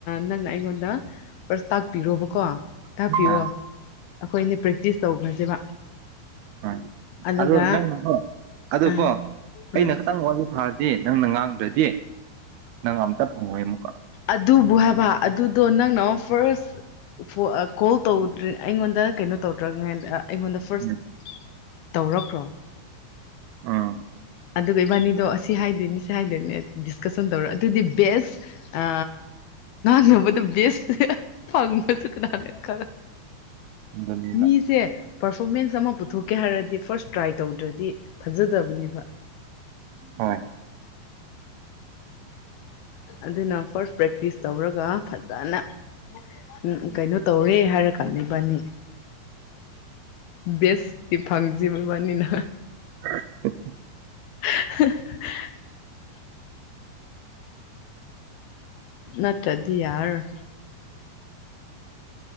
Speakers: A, on the left; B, on the right.
A: ꯅꯪꯅ ꯑꯩꯉꯣꯟꯗ ꯐꯥꯔꯁ ꯇꯥꯛꯄꯤꯔꯣꯕꯀꯣ ꯇꯥꯛꯄꯤꯔꯣ
B: ꯑꯥ
A: ꯑꯩꯈꯣꯏ ꯑꯅꯦ ꯄ꯭ꯔꯦꯛꯇꯤꯁ ꯇꯧꯈ꯭ꯔꯁꯦꯕ
B: ꯍꯣꯏ
A: ꯑꯗꯨꯒ
B: ꯑꯗꯣ ꯅꯪꯅꯣ ꯑꯗꯨ
A: ꯑꯥ
B: ꯀꯣ ꯑꯩꯅ
A: ꯑꯥ
B: ꯈꯤꯇꯪ ꯋꯥꯔꯤ ꯊꯥꯔꯒꯦ ꯅꯪꯅ ꯉꯥꯡꯗ꯭ꯔꯗꯤ ꯅꯪ ꯑꯝꯇ ꯐꯪꯉꯣꯏ ꯑꯃꯨꯛꯀ
A: ꯑꯗꯨꯕꯨ ꯍꯥꯏꯕ ꯑꯗꯨꯗꯣ ꯅꯪꯅ ꯑꯃ ꯐꯥꯔꯁ ꯀꯣꯜ ꯇꯧꯗ꯭ꯔꯤ ꯑꯩꯉꯣꯟꯗ ꯀꯩꯅꯣ ꯇꯧꯗ꯭ꯔꯉ ꯑꯩꯉꯣꯟꯗ ꯐꯥꯔꯁ
B: ꯎꯝ
A: ꯇꯧꯔꯛꯈ꯭ꯔꯣ
B: ꯎꯝ
A: ꯑꯗꯨꯒ ꯏꯕꯥꯅꯤꯗꯣ ꯑꯁꯤ ꯍꯥꯏꯗꯣꯏꯅꯤ ꯁꯤ ꯍꯥꯏꯗꯣꯏꯅꯦ ꯀꯁꯨꯝ ꯇꯧꯔ ꯑꯗꯨꯗꯤ ꯕꯦꯁ ꯅꯥꯕꯗ ꯕꯦꯁ ꯐꯪꯕ ꯀꯅꯥꯗ ꯈꯪꯕ
B: ꯑꯗꯨꯅꯦꯕ
A: ꯃꯤꯁꯦ ꯄꯔꯐꯣꯔꯃꯦꯟꯁ ꯑꯃ ꯄꯨꯊꯣꯛꯀꯦ ꯍꯥꯏꯔꯗꯤ ꯐꯥꯔꯁ ꯇ꯭ꯔꯥꯏ ꯇꯧꯗ꯭ꯔꯗꯤ ꯐꯖꯗꯕꯅꯦꯕ
B: ꯍꯣꯏ
A: ꯑꯗꯨꯅ ꯐꯥꯔꯁ ꯄ꯭ꯔꯦꯛꯇꯤꯁ ꯇꯧꯔꯒ ꯐꯖꯅ ꯎꯝ ꯀꯩꯅꯣ ꯇꯧꯔꯦ ꯍꯥꯏꯔꯀꯥꯟꯅꯤ ꯏꯕꯥꯅꯤ
B: <unintelligible>
A: ꯕꯦꯁꯀꯤ ꯐꯪꯖꯕꯕꯥꯅꯤꯅ
B: <unintelligible>
A: <unintelligible> ꯅꯠꯇꯗꯤ ꯌꯥꯔꯑꯣꯏ